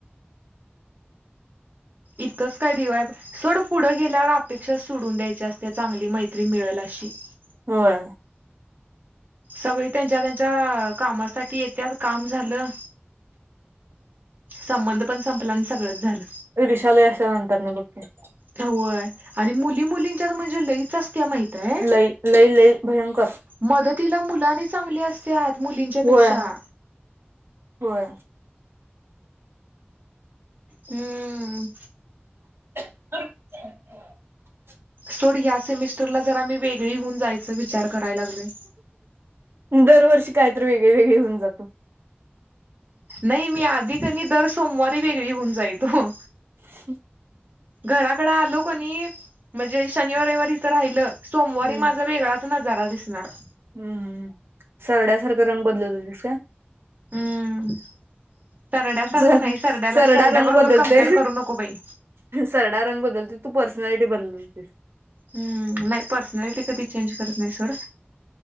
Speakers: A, on the right; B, on the right.
A: इतकंच काय दिवाय सोड पुढं गेल्यावर अपेक्षा सोडून द्यायच्या असते चांगली मैत्री मिळेल असते तशी.
B: होय.
A: सगळी त्यांच्या त्यांच्या कामासाठी येत्यात काम झालं संबंध पण संपलं आणि सगळंच झालं
B: <unintelligible> असं अंतरनं बघती
A: होय आणि मुली मुलींच्यात म्हणजे लईच अस त्या माहित आहे
B: लई लई लई भयंकर
A: मदतीला मुलं आणि चांगली अस त्यात मुलींच्यापेक्षा.
B: होय होय.
A: हम्म.
B: <inaudible>
A: सोड ह्या सेमिस्टरला जरा मी वेगळी होऊन जायचं विचार करायला लागलोय
B: दरवर्षी कायतरी वेगळी वेगळी होऊन जातो.
A: नाही, मी आधी क नाही दर सोमवारी वेगळी हुन जायतो.
B: <inaudible>
A: घराकडं आलो क नई म्हणजे शनिवार रविवार इथं राहिलं, सोमवारी
B: हम्म
A: माझा वेगळा नजारा दिसणार.
B: हम्म, सरड्यासारखं रंग बदलत हुतीस काय?
A: हम्म. सरड्यासारखं
B: सर
A: नाही, सरड्याला
B: सरडा
A: सरड्याबरोबर
B: रंग बदलतोय
A: कॅम्पेयर करू नको बाई.
B: सरडा रंग बदुलतंय तू पर्सनॅलिटी बदलत होतीस.
A: हम्म, नाही पर्सनॅलिटी कधी चेंज करत नाही, सोड.